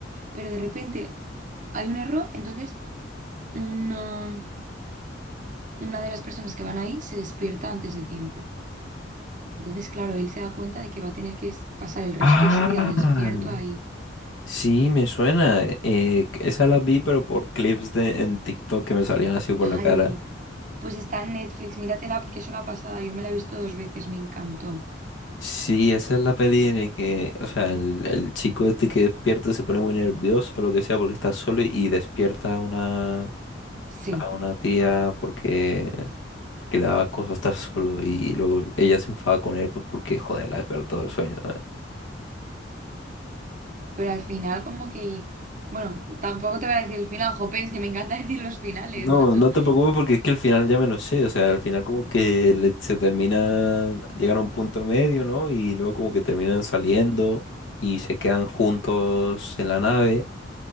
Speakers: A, on the right; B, on the left.
A: Pero de repente hay un error, entonces una, una de las personas que van ahí se despierta antes de tiempo. Entonces, claro, él se da cuenta de que va a tener que s- pasar el resto
B: Ah,
A: de su vida despierto ahí.
B: sí, me suena. Eh, esa la vi, pero por clips de en TikTok que me salían así por
A: Ay,
B: la cara.
A: pues está en Netflix, míratela porque es una pasada. Yo me la he visto dos veces, me encantó.
B: Sí, esa es la peli en la que, o sea, el, el chico este que despierta se pone muy nervioso o lo que sea porque está solo y, y despierta una.
A: Sí,
B: a una tía porque, porque le daba cosa estar solo y luego ella se enfadaba con él pues porque, joder, le despertó todo el sueño. ¿no?
A: pero al final como que... Bueno, tampoco te voy a decir el final, jope, es que me encanta <laughs> decir los finales,
B: No,
A: macho.
B: no te preocupes porque es que al final ya me lo sé, o sea, al final como que le- se termina, llegan a un punto medio, ¿no? Y luego como que terminan saliendo y se quedan juntos en la nave